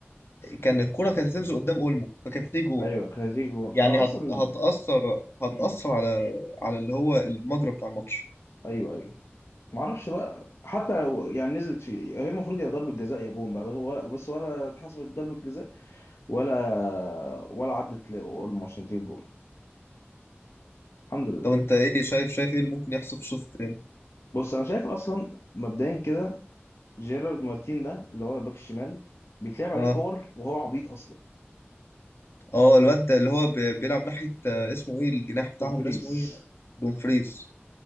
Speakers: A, on the left (about 70°); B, on the left (about 80°).
A: كان الكوره كانت هتنزل قدام اولمو فكانت هتيجي جون
B: ايوه كانت هتيجي جون
A: يعني
B: اه اصلا
A: هت... هتاثر هتاثر
B: مم.
A: على على اللي هو المجرى بتاع الماتش
B: ايوه ايوه ما اعرفش بقى حتى لو يعني نزلت فيه هي المفروض يا ضربة جزاء يا جون بقى بس ولا, بس ولا اتحسبت ضربة جزاء ولا ولا عدت لاولمو عشان تجيب جون الحمد لله
A: طب انت ايه شايف شايف ايه اللي ممكن يحصل في الشوط الثاني
B: بص انا شايف اصلا مبدئيا كده جيرارد مارتين ده اللي هو الباك الشمال بيتلعب عليه
A: اه
B: كور وهو عبيط اصلا
A: اه الواد ده اللي هو بي- بيلعب ناحيه آه، اسمه ايه الجناح بتاعهم
B: دومفريز
A: ده اسمه ايه دومفريز